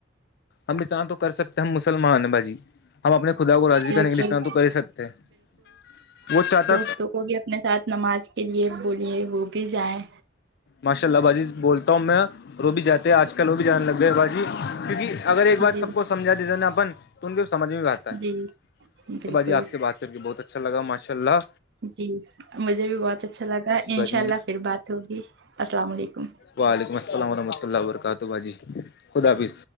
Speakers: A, on the left; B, on the right.
A: ہم اتنا تو کر سکتے ہیں ہم مسلمان ہیں باجی ہم اپنے خدا کو راضی کرنے
B: بالکل
A: کے لیے اتنا تو کرہی سکتے ہیں وہ چاہتا
B: ستوک ہوگیا اپنے ساتھ نماز کے لیے بولیے وہ بھی جائیں
A: ماشاء اللہ باجی بولتا ہوں میں وہ بھی جاتے آج کل وہ بھی جانے لگ گئے ہیں باجی کیونکی اگر ایک بات
B: جی
A: سب کو سمجھا دیتے نا اپن تو ان کے سمجھ میں بھی آتا ہے
B: جی بالکل
A: تو باجی آپ سے بات کر کے بہت اچھا لگا ماشاءللہ
B: جی مجھے بھی بہت اچھا لگا
A: جی باجی
B: ان شاء اللہ پھر بات ہوگی السلام علیکم
A: وعلیکم السلام ورحمۃ اللہ وبرکاتہ باجی خدا حافظ